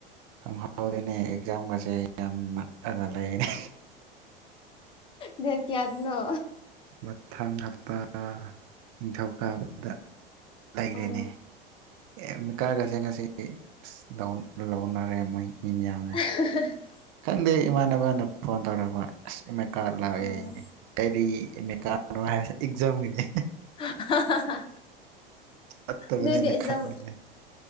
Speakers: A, on the right; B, on the left.
A: ꯗꯪꯍꯧ ꯍꯧꯗꯦꯅꯦ ꯑꯦꯛꯖꯥꯝꯒꯁꯦ ꯌꯥꯝ ꯅꯛꯑꯒ ꯂꯩꯔꯦꯅꯦ
B: ꯗꯦꯠ ꯀꯌꯥꯗꯅꯣ
A: ꯃꯊꯪ ꯍꯞꯇꯥ ꯅꯤꯡꯊꯧꯀꯥꯕꯗ ꯂꯩꯒ꯭ꯔꯦꯅꯦ
B: ꯑꯣ
A: ꯑꯦ ꯑꯦꯃꯤꯀꯥꯔꯗꯒꯁꯦ ꯉꯁꯤꯗꯤ ꯑꯁ ꯗꯥꯎꯟ ꯂꯧꯅꯔꯦ ꯃꯣꯏ ꯃꯤ ꯃꯌꯥꯝ
B: <unintelligible>
A: ꯈꯪꯗꯦ ꯏꯃꯥꯟꯅꯕꯅ ꯐꯣꯟ ꯇꯧꯔꯛꯄ ꯑꯁ ꯑꯦꯃꯤꯀꯥꯔꯗ ꯂꯥꯛꯑꯦ
B: ꯑꯥ
A: ꯀꯥꯏꯔꯤ ꯑꯦꯃꯤꯀꯥꯔꯗꯅꯣ ꯍꯥꯏꯕꯁꯦ ꯑꯦꯛꯖꯥꯝꯒꯤꯅꯦ
B: <unintelligible>
A: ꯆꯠꯇꯕꯅꯤꯅꯥ
B: ꯅꯣꯏꯗꯤ ꯑꯦꯛꯖꯥꯝ
A: ꯈꯪꯗꯦꯅꯦ